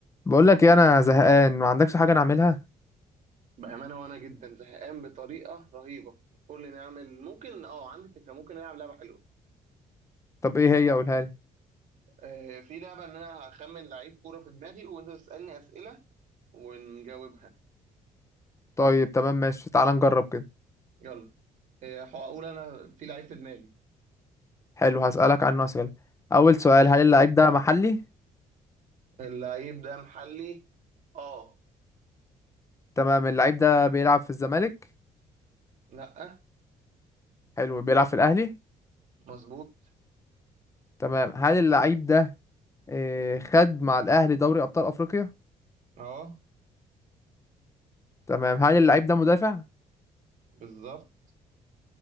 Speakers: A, on the left; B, on the right.
A: بقول لك ايه انا زهقان ما عندكش حاجه نعملها
B: بأمانة وأنا جدا زهقان بطريقة رهيبة قول لي نعمل ممكن اه عندي فكرة ممكن نلعب لعبة حلوة
A: طب ايه هي قولها لي
B: آه في لعبة إن أنا هخمن لعيب كورة في دماغي وأنت تسألني أسئلة ونجاوبها
A: طيب تمام ماشي تعال نجرب كده
B: يلا آه هقول أنا في لعيب في دماغي
A: حلو هسالك عنه اسئله اول سؤال
B: ماشي
A: هل اللعيب ده محلي
B: اللعيب ده محلي اه
A: تمام اللعيب ده بيلعب في الزمالك
B: لأ
A: حلو بيلعب في الاهلي
B: مظبوط
A: تمام هل اللعيب ده إيه خد مع الاهلي دوري ابطال افريقيا
B: اه
A: تمام هل اللعيب ده مدافع
B: بالظبط